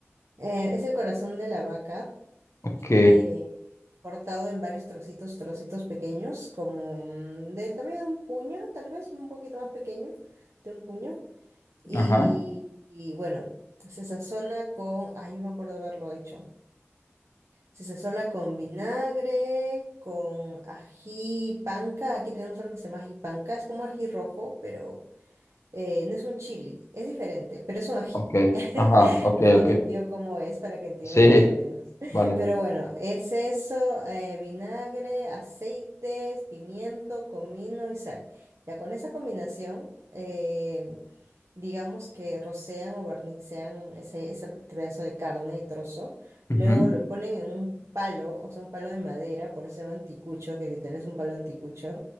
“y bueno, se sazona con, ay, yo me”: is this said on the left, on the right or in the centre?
Right